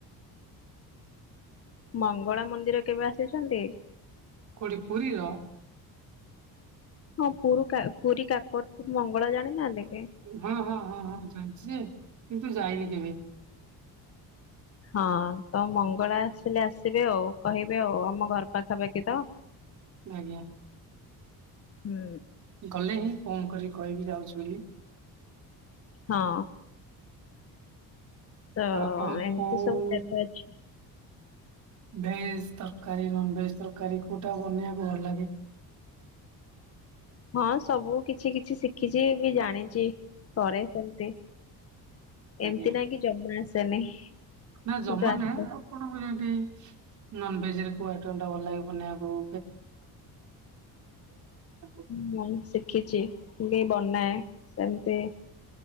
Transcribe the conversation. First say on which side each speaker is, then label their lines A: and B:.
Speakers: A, on the left; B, on the right.
A: ମଙ୍ଗଳା ମନ୍ଦିର କେବେ ଆସିଛନ୍ତି?
B: କୋଟି ପୁରୀର?
A: ହଁ ପ ପୁରୀ କାକଟ ପୁରି କାକଟପୁର ମଙ୍ଗଳା ଜାନି ନାହାନ୍ତି କୀ?
B: ହଁ ହଁ ହଁ ହଁ ଚାଲିଛି ଯେ କିନ୍ତୁ ଯାଇନି କେବେବି।
A: ହଁ ତ ମଙ୍ଗଳା ଆସିଲେ ଆସିବେ ଆଉ କହିବେ ଆଉ ଆମ ଘର ପାଖାପାଖି ତ।
B: ଆଜ୍ଞା
A: ହୁଁ
B: ଗଲେ ହିଁ ଫୋନ କରିକ କହିବି ଯାଉଛି ବୋଲି।
A: ହଁ ତ
B: ଆପଣ
A: ଏମିତି
B: କୋଉ
A: ସବୁ ଦେବ ଅଛି।
B: ଭେଜ ତରକାରୀ ନନ ଭେଜ ତରକାରୀ କୋଉଟା ବନେଇବାକୁ ଭଲ ଲାଗେ?
A: ହଁ ସବୁ କିଛି କିଛି ଶିଖିଛି ବି ଜାଣିଛି କରେ ସେମତି। ଏମିତି
B: ଆଜ୍ଞା
A: ନାଇକି ଜମା ଆସେନି।
B: ନା
A: କିନ୍ତୁ
B: ଜମା
A: ଆସେ।
B: ନୁହେଁଏ ଆପଣଙ୍କୁ ଯେମତି ନନଭେଜ ରେ କୋଉ ଆଇଟମ ଟା ଭଲ ଲାଗ ବନେଇବାକୁ? <unintelligible> <unintelligible>
A: ହଁ ଶିଖିଛି ବି ବନାଏ ସେମିତି